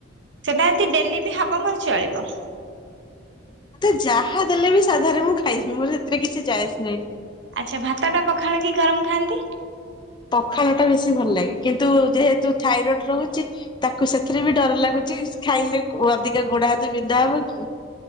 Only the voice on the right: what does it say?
ସେଟା ଯଦି ଡେଲି ବି ହବ ମୋର ଚଳିବ।
ଆଛା ଭାତଟା ପଖାଳ କି ଗରମ ଖାଆନ୍ତି?